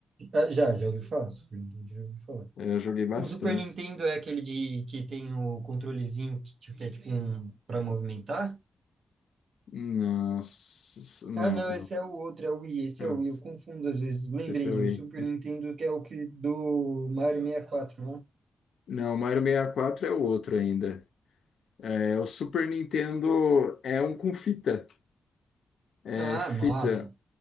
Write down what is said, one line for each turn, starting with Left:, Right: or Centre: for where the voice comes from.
Right: Ah, já, já ouvi falar, Super Nintendo, já ouvi falar.
Left: Eu joguei bastante.
Right: O Super Nintendo é aquele de que tem o controlezinho que, tipo, que é tipo um para movimentar?
Left: Não, s- não,
Right: Ah, não,
Left: não.
Right: esse é o outro, é o Wii, esse
Left: Eu-
Right: é o Wii, eu confundo às vezes. Lembrei,
Left: Esse eu
Right: o
Left: ia.
Right: Super Nintendo que é o que do Mario sessenta e Quatro, né?
Left: Não, o Mario 64 é o outro ainda. É, o Super Nintendo é um com fita. É
Right: Ah,
Left: fita.
Right: nossa.